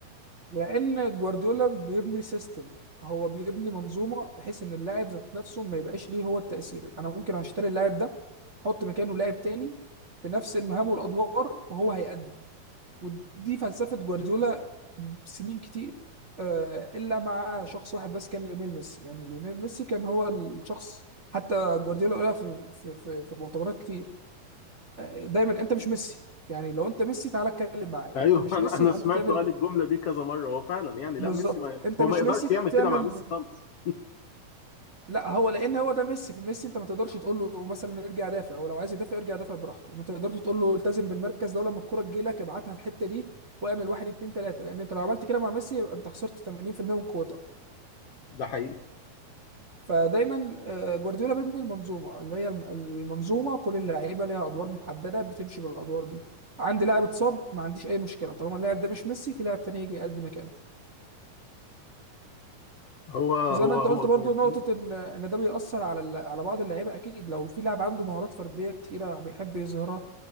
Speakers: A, on the right (about 40°); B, on the left (about 75°).
A: لان جوارديولا بيبني سيستم هو بيبني منظومه بحيث ان اللاعب ذات نفسه ما يبقاش ليه هو التاثير انا ممكن اشتري اللاعب ده احط مكانه لاعب تاني بنفس المهام والادوار وهو هيأدي ودي فلسفة جوارديولا سنين كتير آه، إلا مع شخص واحد بس كان ليونيل ميسي يعني ليونيل ميسي كان هو الشخص حتى جوارديولا قالها في في في في مؤتمرات كتير آه، دايما أنت مش ميسي يعني لو أنت ميسي تعالى اتكلم معايا
B: أيوه
A: أنت مش
B: <laughs> أنا
A: ميسي
B: أنا
A: يبقى
B: سمعته
A: أنت تعمل
B: قال الجملة دي كذا مرة هو فعلا يعني
A: بالظبط
B: لا ميسي ما
A: أنت
B: هو
A: مش
B: ما يقدرش
A: ميسي
B: يعمل
A: تعمل
B: كده مع ميسي خالص <laughs>
A: لا هو لان هو ده ميسي في ميسي انت ما تقدرش تقول له مثلا ارجع دافع هو لو عايز يدافع يرجع يدافع براحته ما تقدرش تقول له التزم بالمركز ده ولما الكرة تجي لك ابعتها الحتة دي واعمل واحد اتنين تلاتة لان انت لو عملت كده مع ميسي يبقى انت خسرت 80% من قوتك
B: ده حقيقي
A: فدايما آه، جوارديولا بيبني المنظومة اللي هي الم- المنظومة كل اللعيبة ليها ادوار محددة بتمشي بالادوار دي عندي لاعب اتصاب ما عنديش اي مشكلة طالما اللاعب ده مش ميسي في لاعب تاني يجي يقدم مكانه
B: هو
A: وزي
B: هو
A: ما انت قلت
B: هو
A: برضو
B: جوارديولا
A: نقطة ان ان ده بيأثر على ال- على بعض اللعيبة اكيد لو في لاعب عنده مهارات فردية كتيرة بيحب يظهرها